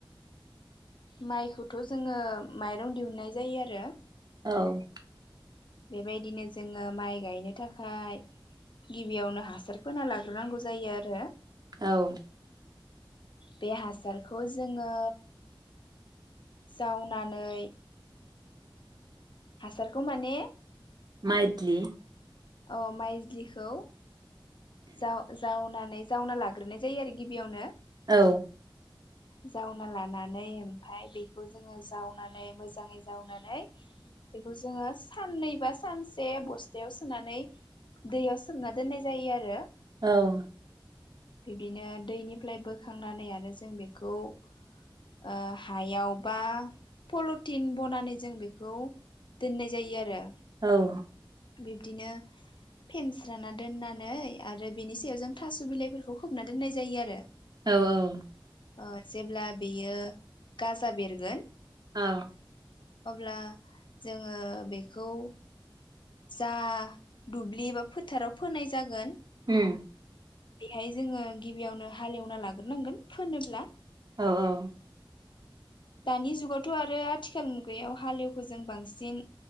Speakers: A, on the left; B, on the right.
A: माइखौथ' जोङो माइरं दिहुननाय जायो आरो।
B: औ
A: बेबायदिनो जोङो माइ गायनो थाखाय गिबियावनो हासार फोना लाग्रोनांगौ जायो आरो।
B: औ
A: बे हासारखौ जोङो जावनानै हासारखौ माने
B: मायद्लि
A: औ माइज्लिखौ जा-जावना नै जावना लाग्रोनाय जायो आरो गिबियावनो
B: औ
A: जावना लानानै ओमफाय बेखौ जोङो जावनानै मोजाङै जावनानै बेखौ जोङो साननैबा सानसे बस्थायाव सोनानै दैयाव सोमना दोननाय जायो आरो।
B: औ
A: बिब्दिनो दैनिफ्राय बोखांनानै आरो जों बेखौ ओ हायाव बा पल'टिन बनानै जों बेखौ दोननाय जायो आरो
B: औ
A: बिब्दिनो फेनस्राना दोननानै आरो बेनि सायाव जों थास' बिलाइफोरखौ खोबना दोननाय जायो आरो।
B: औ औ
A: ओ जेब्ला बेयो गाजा बेरगोन
B: औ
A: अब्ला जोङो बेखौ जा दुब्लि बा फोथाराव फोनाय जागोन
B: उम
A: बेहाय जोङो गिबियावनो हालेवना लाग्रोनांगोन फोनोब्ला
B: औ औ
A: दानि जुगावथ' आरो आथिखाल मुगायाव हालेवखो जों बांसिन